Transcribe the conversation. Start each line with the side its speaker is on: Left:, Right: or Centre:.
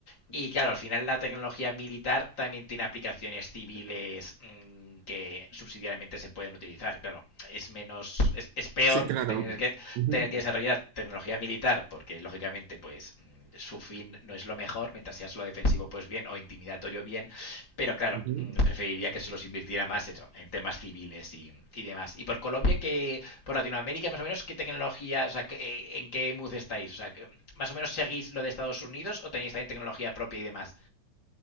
Left: Y claro, al final la tecnología militar también tiene aplicaciones civiles mmm, que subsidiariamente se pueden utilizar. Claro, es menos, es, es peor
Right: Sí, claro.
Left: tener que,
Right: Ujú,
Left: tener que desarrollar tecnología militar porque lógicamente pues mm, su fin no es lo mejor, mientras sea solo defensivo, pues bien, o intimidatorio, bien, pero claro,
Right: ujú.
Left: mm, preferiría que se los invirtiera más eso, en temas civiles y, y demás. Y por Colombia, que por Latinoamérica, más o menos, ¿qué tecnología, o sea, que- eh, en qué mood estáis? O sea, que, mm, ¿más o menos seguís lo de Estados Unidos o tenéis también tecnología propia y demás?